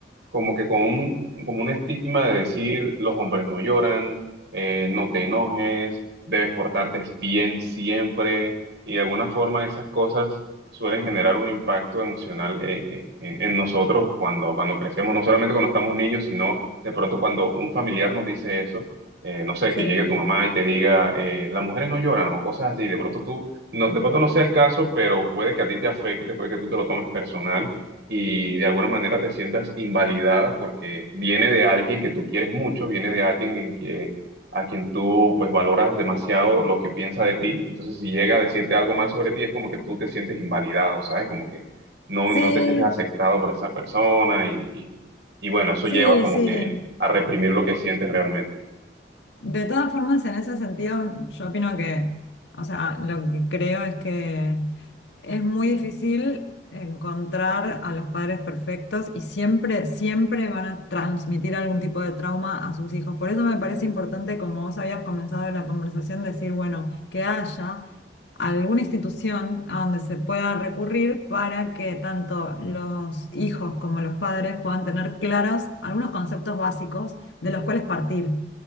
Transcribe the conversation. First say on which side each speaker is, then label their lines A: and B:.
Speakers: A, on the right; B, on the left.
A: como que con un, como un estigma de decir los hombres no lloran, eh, no te enojes, debes portarte bien siempre, y de alguna forma esas cosas suelen generar un impacto emocional eh, eh, en, en nosotros cuando, cuando crecemos, no solamente cuando estamos niños, sino de pronto cuando un familiar nos dice eso, eh, no sé,
B: Sí,
A: que llegue tu mamá y te diga, eh, las mujeres no lloran o cosas así, de pronto tú, no, de pronto no sea el caso, pero puede que a ti te afecte, puede que tú te lo tomes personal y de alguna manera te sientas invalidada porque viene de alguien que tú quieres mucho, viene de alguien en que, a quien tú pues valoras demasiado lo que piensa de ti. Entonces, si llega a decirte algo mal sobre ti, es como que tú te sientes invalidado, ¿sabes? Como que no,
B: sí,
A: no te sientes aceptado por esa persona y, y, y bueno, eso
B: sí,
A: lleva como
B: sí.
A: que a reprimir lo que sientes realmente.
B: De todas formas, en ese sentido, yo opino que, o sea, lo que creo es que es muy difícil encontrar a los padres perfectos y siempre, siempre van a transmitir algún tipo de trauma a sus hijos. Por eso me parece importante, como vos habías comenzado la conversación, decir, bueno, que haya alguna institución a donde se pueda recurrir para que tanto los hijos como los padres puedan tener claros algunos conceptos básicos de los cuales partir